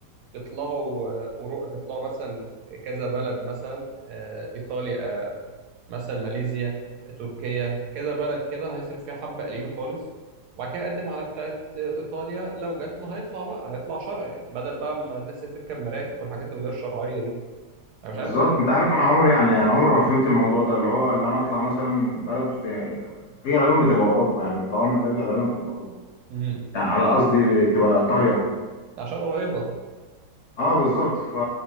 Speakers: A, on the right; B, on the left.
A: تطلعوا آه، ورو- تطلعوا مثلا كذا بلد مثلا آه، إيطاليا آه، مثلا ماليزيا آه، تركيا كذا بلد كده هيصرف فيها حبة قليلين خالص وبعد كده يقدم على بتاعة آه، إيطاليا لو جات له هيطلع بقى هيطلع شرعي بدل بقى ما الناس اللي بتركب مراكب والحاجات الغير شرعية دي أنا مش
B: بالظبط
A: عارف هو الناس
B: انت
A: اللي
B: عارف
A: بتفكر
B: انا عمري
A: إزاي.
B: يعني انا عمري ما فهمت الموضوع ده اللي هو اللي انا اطلع مثلا بلد في هي غالبا بتبقى اوروبا يعني بيطلعوا من ليبيا غالبا بتبقى اوروبا
A: امم
B: يعني على قصدي بتبقى ايطاليا
A: عشان قريبة
B: اه بالظبط فا